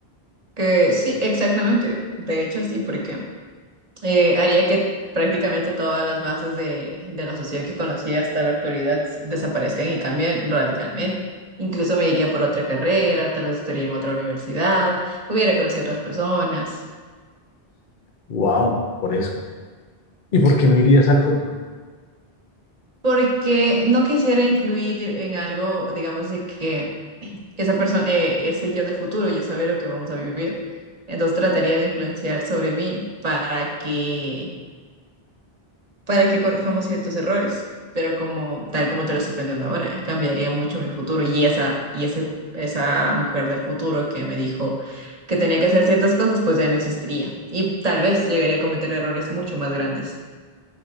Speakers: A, on the right (about 40°); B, on the left (about 55°).
A: Eh, sí, exactamente. De hecho, sí, porque eh, haría que prácticamente todas las bases de, de lo social que conocí hasta la actualidad desaparezcan y cambien radicalmente. Incluso me iría por otra carrera, tal vez estaría en otra universidad, hubiera conocido otras personas,
B: Wow, por eso. ¿Y por qué no irías al futuro?
A: porque no quisiera influir en algo, digamos, de que esa persona, eh, ese yo del futuro ya sabe lo que vamos a vivir. Entonces trataría de influenciar sobre mí para que para que corrijamos ciertos errores. Pero como, tal como te lo estoy planteando ahora, cambiaría mucho mi futuro. Y esa, y ese, esa mujer del futuro que me dijo que tenía que hacer ciertas cosas, pues ya no existiría. Y tal vez llegaría a cometer errores mucho más grandes.